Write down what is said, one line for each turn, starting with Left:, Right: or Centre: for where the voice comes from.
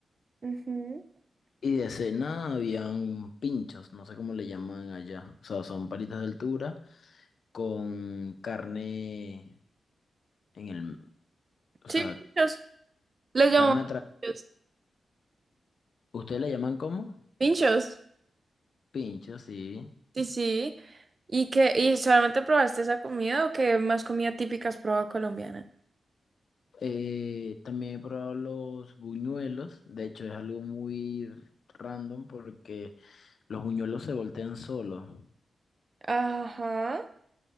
Right: Ujú.
Left: Y de cena habían pinchos, no sé cómo le llaman allá. O sea, son palitas de altura con carne en el, o sea,
Right: Sí, pinchos. ¿Los llamamos
Left: carne atrás
Right: pinchos.
Left: ¿Ustedes la llaman como?
Right: Pinchos.
Left: pinchos sí.
Right: Sí, sí. ¿Y qué? ¿Y solamente probaste esa comida o qué más comida típica has probado colombiana?
Left: Eh, también he probado los buñuelos. De hecho, es algo muy random porque los buñuelos se voltean solos.
Right: Ajá.